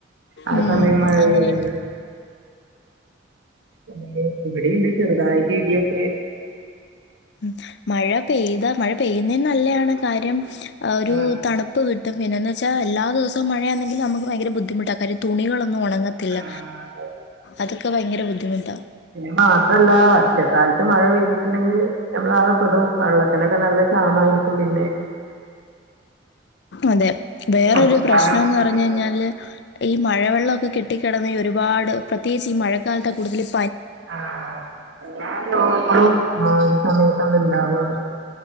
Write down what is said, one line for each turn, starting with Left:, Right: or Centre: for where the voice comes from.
Right: ആ
Left: ഉം,
Right: സമയം മഴ
Left: അങ്ങനെയുണ്ട്
Right: പെയ്യൽ ഉണ്ട് ആഹ് ഇവിടെ ഇണ്ട് ചെറുതായിട്ട് ഇടിയൊക്കെ
Left: ഉം മഴ പെയ്താ മഴ പെയ്യുന്നെ നല്ലയാണ് കാര്യം ഒരു
Right: ആഹ്
Left: തണുപ്പ് കി ട്ടും പിന്നെന്ന് വച്ചാ എല്ലാ ദിവസവും മഴയാന്നെങ്കി നമുക്ക്‌ ഭയങ്കര ബുദ്ധിമുട്ട കാര്യം തുണികളോന്നും ഒണങ്ങത്തില്ല
Right: ആഹ് അതെ
Left: അതൊക്കെ ഭയങ്കര ബു ദ്ധിമുട്ടാ
Right: പിന്നെ മാത്രല്ല ഒറ്റക്കാലത്ത് മഴ പെയ്തിട്ടില്ലെങ്കി നമ്മളാകെപ്പെടും വെള്ളത്തിനൊക്കെ നല്ല ക്ഷാമാരിക്കും പിന്നെ
Left: അതെ വേറൊരു
Right: വർഷക്കാലം
Left: പ്രശ്നംന്ന് പറഞ്ഞു കഴിഞ്ഞാല് ഈ മഴ വെള്ളൊക്കെ കെട്ടിക്കിടന്ന് ഒരുപാട് പ്രത്യേകിച്ച് ഈ മഴക്കാലത്ത കൂടുതലും
Right: ആ എല്ലാ രോഗങ്ങളും ഈ സമയത്താണ് ഇണ്ടാവുക